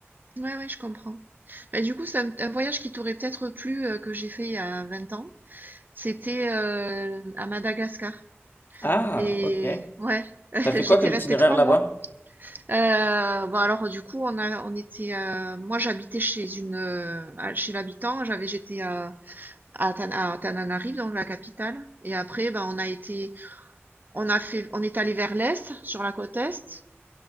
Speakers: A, on the right; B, on the left.
A: Ouais, ouais, je comprends. Bah, du coup, c'est un, un voyage qui t'aurait peut-être plu euh, que j'ai fait il y a 20 ans. C'était euh, à Madagascar.
B: Ah,
A: Et
B: ok.
A: ouais, <laughs>
B: T'as fait
A: j'étais
B: quoi comme
A: restée
B: itinéraire
A: 3
B: là-bas?
A: mois. Heu, bah, alors du coup, on a on était, heu, moi j'habitais chez une, heu, à chez l'habitant, j'avais j'étais à à Tan à Tananarive, donc la capitale et après, ben on a été on a fait on est allé vers l'est, sur la côte est.